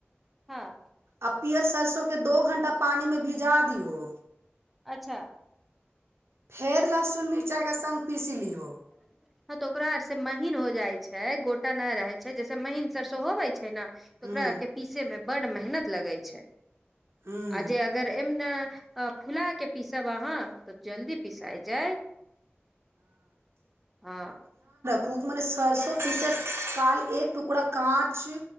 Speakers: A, in the centre; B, on the right.
A: हँ।
B: आ पीयर सरसो के दू घण्टा पानि मे भिजा दिऔ
A: अच्छा।
B: फेर लहसुन मिरचाइके संघ पीस लियौ
A: <inaudible> हँ तऽ ओकरा आरसँ महीन हो जाइ छै गोटा नहि रहै छै जइसे महीन सरसो होबै छै तऽ
B: ह्म्म
A: ओकरा के पीसए मे बड़ मेहनत लगै छै
B: ह्म्म
A: आ जँ अगर अयमे फुला कऽ पीसब अहा जल्दी पिसाइ जाय ह
B: खूब मने सरसो पीसी काल एक टुकड़ा कांच